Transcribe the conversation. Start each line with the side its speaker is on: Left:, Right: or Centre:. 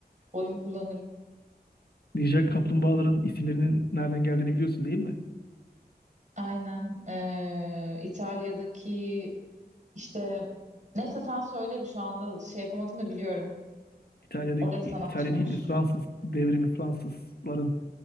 Right: oyumu kullanırım.
Left: Ninja kaplumbağaların isimlerinin nereden geldiğini biliyorsun değil mi?
Right: Aynen. Ee, İtalya'daki işte neyse sen söyle bir şu anda şey yapamadım da biliyorum.
Left: İtalya'daki,
Right: Oradaki sanatçılar.
Left: İtalya değil de Fransız devrimi, Fransızların